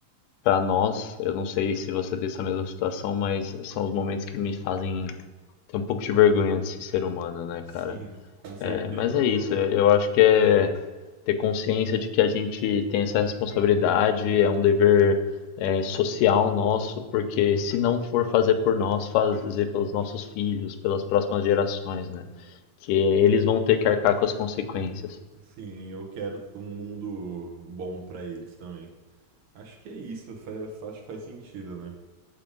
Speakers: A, on the left (about 80°); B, on the right (about 55°).
A: pra nós, eu não sei se você tem essa mesma situação, mas são os momentos que me fazem ter um pouco de vergonha de ser ser humano, né,
B: Sim,
A: cara?
B: com certeza.
A: É, mas é isso, eu acho que é ter consciência de que a gente tem essa responsabilidade, é um dever é, social nosso, porque se não for fazer por nós, fazer pelos nossos filhos, pelas próximas gerações, né? Que eles vão ter que arcar com as consequências.
B: Sim, eu quero um mundo bom pra eles também. Acho que é isso, fa- acho que faz sentido, né?